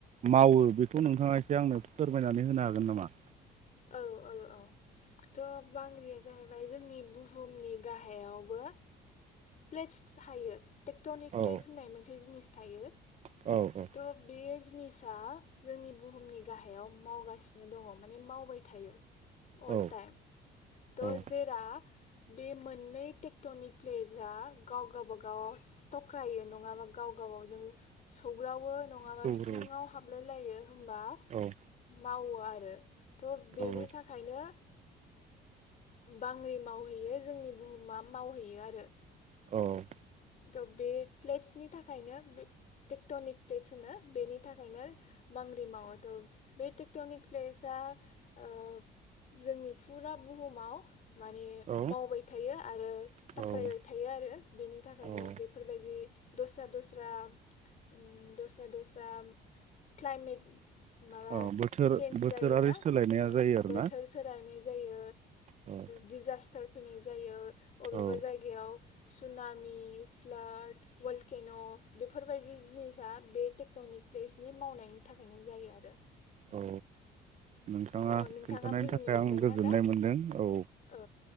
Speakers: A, on the right; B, on the left.
A: मावो बेखौ नोंथाङा एसे आंनो फोरमायनानै होनो हागोन नामा?
B: औ औ औ थ' बांग्रिया जाहैबाय जोंनि बुहुमनि गाहायावबो प्लेटस थायो। टेक्ट्र'निक
A: औ
B: प्लेेज होननाय मोनसे जिनिस थायो।
A: औ
B: थ बेयो जिनिसा जोंनि बुहुमनि गाहायाव मावगासिनो दङ माने मावबाय थायो। अल
A: औ
B: टायेम। थ
A: औ
B: जेरा बे मोननै टेक्टनिक प्लेजआ गाव गावबा गाव थख्रायो नङाबा गाव गाबावजों सौग्रावो नङाबा
A: सौग्राव
B: सिङाव हाबलाय जायो। होनबा य
A: औ
B: मावो आरो। थ' बेनि
A: औ
B: थाखायनो बांग्रि मावहैयो जोंनि बुहुमा मावहैयो आरो।
A: औ।
B: त बे प्लेटसनि थाखायनो टेक्टनिक प्लेटस होनो। बेनि थाखायनो बांग्रि माव <unintelligible> बे टेक्टनिक प्लेसआ ओ जोंनि फुरा बुहुमाव माने
A: औ
B: मावबाय थायो आरो
A: औ
B: थाख्रायबाय थायो आरो बेनि थाखाय। <unintelligible>
A: औ
B: बेफोरबायदि दस्रा दस्रा उम दस्रा दस्रा क्लाइमेट माबा
A: अ बोथोर
B: चेन्ज
A: बोथोरारि
B: जायोना ओ
A: सोलायनाया जायो आरोना
B: बोथोर सोलायनाय जायो
A: औ
B: दिडिजास्टार फैनाय जायो। अबेबा
A: औ
B: जायगायाव सुना मि फ्लाद वालकेन' बेफोरबायदि जिनिसा बे टेकन'निक प्लेसनि मावनायनि थाखायनो जायो आरो।
A: औ। नोंथाङा
B: थ' नोंथाङा
A: खिन्थानायनि
B: बुजिनो
A: थाखाय
B: मोनबायना
A: आं गोजोननाय
B: दा
A: मोनदों औ।
B: औ